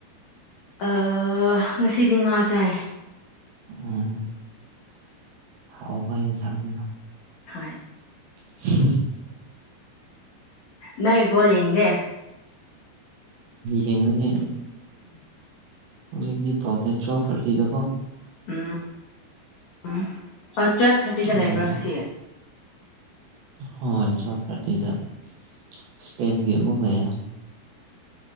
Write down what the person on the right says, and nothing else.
ꯎꯝ ꯍꯥꯎꯕ ꯏꯟꯁꯥꯡꯅꯤꯅ
ꯍ <unintelligible>
ꯌꯦꯡꯒꯅꯤ ꯍꯧꯖꯤꯛꯇꯤ ꯊꯣꯛꯇꯦ ꯇꯨꯋꯦꯜꯐ ꯊꯥꯔꯇꯤꯗꯀꯣ
ꯎꯝ
ꯍꯣꯏ ꯇꯨꯋꯦꯞ ꯊꯥꯔꯇꯤꯗ ꯏꯁꯄꯦꯟꯒꯤ ꯑꯃꯨꯛ ꯂꯩꯌꯦ